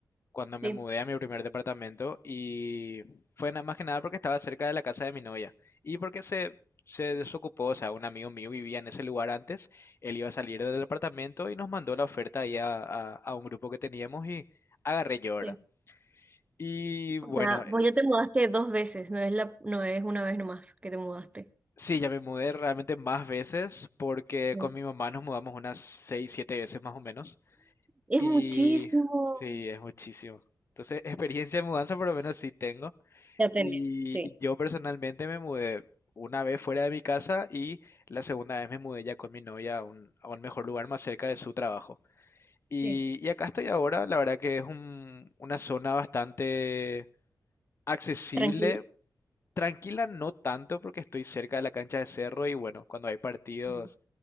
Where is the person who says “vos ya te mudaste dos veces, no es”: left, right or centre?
Right